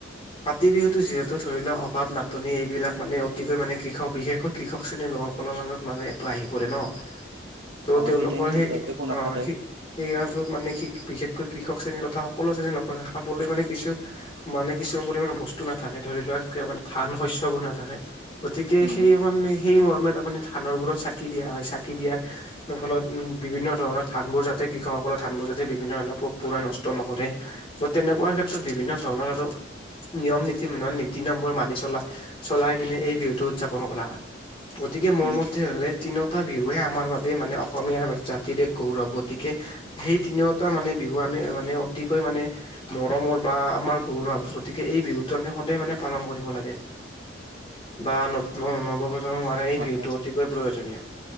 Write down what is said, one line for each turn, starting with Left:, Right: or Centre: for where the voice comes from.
Left: কাতি বিহুতো, যিহেতু ধৰি লোৱা, অভাৱ-নাটনি। এইবিলাক মানে, অতিকৈ মানে, কৃষক বিশেষকৈ কৃষক শ্ৰেণীৰ, লোকসকলৰ মাজত মানে, এইটো আহি পৰে ন'। ত'
Right: অ'
Left: তেওঁলোকৰ
Right: টাইমটোত
Left: সেই, অ'!
Right: একো নাথাকে,
Left: সেই, সেই, কাৰণটোত মানে‌ কি, বিশেষকৈ কৃষক শ্ৰেণী তথা, সকলো শ্ৰেণী মানে, খাবলৈ মানে কিছু, মানে, কিছু পৰিমানে, বস্তু নাথাকে, ধৰি লোৱা। মানে, ধান-শস্যবোৰ নাথাকে। গতিকে,
Right: উম,
Left: সেই
Right: উম,
Left: মানে, সেই, মৰ্মে আপুনি, ধানৰবোৰত চাক চাকি দিয়া হয়। চাকি দিয়াৰ ফলত, উম! বিভিন্ন ধৰণৰ, ধানবোৰ যাতে, কৃষকসকলৰ ধানবোৰ যাতে, বিভিন্ন ধৰণৰ পোক-পৰুৱাই নষ্ট নকৰে। ত' তেনেকুৱা ক্ষেত্ৰত, বিভিন্ন ধৰণৰ আৰু নিয়ম-নীতি, নীতি-নিয়মবোৰ মানি চলাই, চলাই নিলে, এই বিহুটো উদযাপন কৰা হয়। গতিকে, মোৰ
Right: উম,
Left: মতে হ'লে, তিনিওটা বিহুৱে আমাৰ বাবে মানে, অসমীয়া জাতিৰে গৌৰৱ! গতিকে, সেই তিনিওটা মানে, বিহু আমি মানে, অতিকৈ মানে, মৰমৰ বা আমাৰ গৌৰৱ! গতিকে, এই বিহুটো আমি সদায় মানে, পালন কৰিব লাগে। বা ন নৱ-প্ৰজন্মৰ <unintelligible> এই,
Right: হয়,
Left: বিহুটো
Right: হয়,
Left: অতিকৈ প্ৰয়োজনীয়।